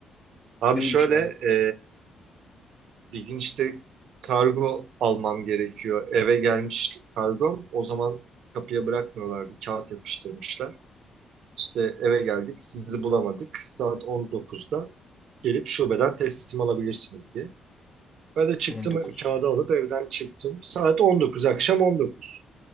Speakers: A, on the right; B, on the left.
A: Abi
B: Neymiş
A: şöyle
B: abi?
A: e, bir gün işte kargo almam gerekiyor. Eve gelmiş kargom. O zaman kapıya bırakmıyorlar. Bir kağıt yapıştırmışlar. İşte eve geldik. Sizi bulamadık. Saat 19'da gelip şubeden teslim alabilirsiniz diye. Ben de çıktım
B: 19.
A: kağıdı alıp evden çıktım. Saat 19, akşam 19.